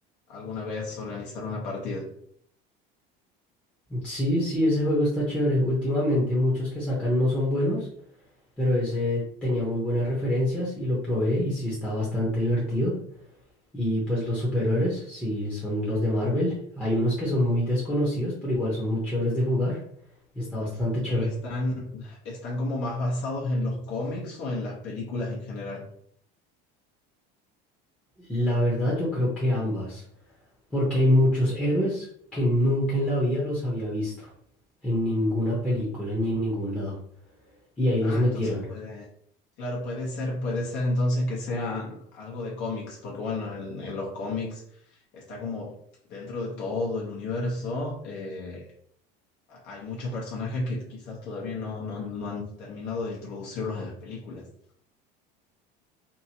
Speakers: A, on the left; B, in the centre.
A: alguna vez organizar una partida.
B: Sí, sí, ese juego está chévere. Últimamente muchos que sacan no son buenos. pero ese tenía muy buenas referencias y lo probé y sí está bastante divertido. Y pues los superhéroes, sí, son los de Marvel. Hay unos que son muy desconocidos, pero igual son muy chéveres de jugar y está bastante chévere.
A: Pero están, están como más basados en los cómics o en las películas en general.
B: La verdad, yo creo que ambas, porque hay muchos héroes que nunca en la vida los había visto, en ninguna película ni en ningún lado, y ahí los
A: Ah,
B: metieron.
A: entonces puede, claro, puede ser, puede ser entonces que sea algo de cómics, porque bueno, en, en los cómics está como dentro de todo el universo. eh, hay muchos personajes que quizás todavía no, no, no han terminado de introducirlos en las películas.